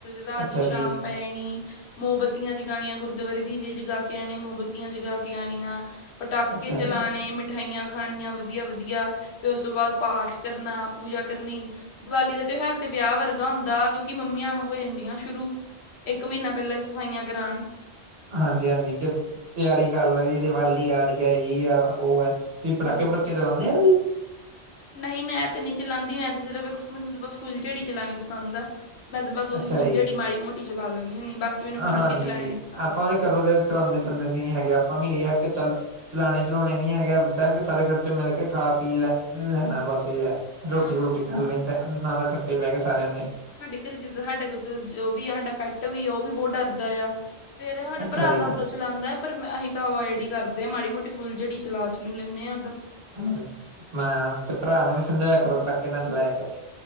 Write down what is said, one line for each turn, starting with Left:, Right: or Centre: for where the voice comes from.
Left: ਰਾਜੋ
Right: ਅੱਛਾ
Left: ਸ਼ਾਮ
Right: ਜੀ
Left: ਪੈਣੀ ਮੋਮਬੱਤੀਆਂ ਜਗਾਣੀਆਂ ਗੁਰਦੁਆਰੇ ਦੀਵੇ ਜਗਾਕੇ ਆਣੇ, ਮੋਮਬੱਤੀਆਂ ਜਗਾਕੇ ਆਣੀਆਂ। ਪਟਾਕੇ
Right: ਅੱਛਾ
Left: ਚਲਾਣੇ,
Right: ਜੀ
Left: ਮਿਠਾਈਆਂ ਖਾਣੀਆਂ ਵਧੀਆ-ਵਧੀਆ ਫਿਰ ਉਸ ਤੋਂ ਬਾਅਦ ਪਾਠ ਕਰਨਾ, ਪੂਜਾ ਕਰਨੀ। ਦੀਵਾਲੀ ਦਾ ਤਿਉਹਾਰ ਤੇ ਵਿਆਹ ਵਰਗਾ ਹੁੰਦਾ, ਕਿਉਂਕਿ ਮੰਮੀਆਂ ਹੋ ਜਾਂਦੀਆਂ ਸ਼ੁਰੂ। ਇਕ ਮਹੀਨਾ ਪਹਿਲਾਂ ਸਫਾਈਆਂ ਕਰਾਣ
Right: ਹਾਂਜੀ-ਹਾਂਜੀ, ਕਿ ਤਿਆਰੀ ਕਰਲੋ ਜੀ, ਦੀਵਾਲੀ ਆ ਰਹੀ ਐ, ਇਹ ਆ ਉਹ ਐ। ਤੁਸੀਂ ਪੜਾਕੇ-ਪੁੜਾਕੇ
Left: ਹੋਰ ਕੀ
Right: ਚਲਾਂਦੇ ਓ ਜੀ?
Left: ਨਹੀਂ ਮੈਂ ਤੇ ਨਹੀਂ ਚਲਾਂਦੀ, ਮੈਂ ਤੇ ਸਿਰਫ਼ ਮੈਨੂੰ ਤਾਂ ਬਸ ਫੁੱਲਝੜੀ ਚਲਾਣੀ ਪਸੰਦ ਆ। ਮੈਂ ਤਾਂ ਬਸ
Right: ਅੱਛਾ
Left: ਉਹੀ ਫੁੱਲ
Right: ਜੀ
Left: ਜੜੀ ਮਾੜੀ-ਮੋਟੀ ਚਲਾ ਲੈਂਨੀ ਹੁੰਨੀ, ਬਾਕੀ ਮੈਨੂੰ ਪਟਾਕੇ
Right: ਹਾਂਜੀ
Left: ਚਲਾਣੇ ਨੀ ਪਸੰਦ।
Right: ਆਪਾਂ ਵੀ ਕਦੋਂ ਦੇ ਚਲਾਂਦੇ-ਚੁਲਾਂਦੇ ਨਹੀਂ ਹੈਗੇ, ਆਪਾਂ ਵੀ ਇਹ ਆ ਕਿ ਚੱਲ ਚਲਾਣੇ-ਚਲਾਉਣੇ ਨੀ ਹੈਗੇ, ਏਦਾਂ ਕਿ ਸਾਰੇ ਕੱਠੇ ਮਿਲਕੇ ਖਾ-ਪੀ ਲੈ, ਲੈਣਾ ਬਸ ਏ ਆ। ਰੋਟੀ-ਰੁਟੀ
Left: ਹਾਂ
Right: ਖਾ ਲਣੀ, ਨਾ ਨਾਲ ਖੱਟੇ ਬਹਿਕੇ ਸਾਰਿਆਂ ਨੇ।
Left: ਘ ਜਿੱਦਾਂ ਹਾਡੇ ਕੋ ਜੋ ਵੀ ਆ, ਹਾਡਾ ਪੈਟ ਵੀ ਆ, ਉਹ ਵੀ ਬਹੁਤ ਡਰਦਾ ਯਾ। ਫੇਰ ਹਾਡਾ
Right: ਅੱਛਾ
Left: ਭਰਾ
Right: ਜੀ
Left: ਦਾਦਾ ਚਲਾਂਦਾ ਪਰ ਅਹੀ ਤਾਂ ਅਵੌਇਡ ਈ ਕਰਦੇ ਆਂ, ਮਾੜੀ-ਮ੍ਹੋਟੀ ਫੁੱਲ ਜੜੀ ਚਲਾ-ਚਲੂ ਲੈਂਨੇ ਆ
Right: ਹਾਂ, ਮੈਂ ਤੇ ਭਰਾ ਨੂੰ ਵੀ ਸਮਝਾਇਆ ਕਰੋ ਪੜਾਕੇ ਨਾ ਚਲਾਇਆ ਕਰੇ।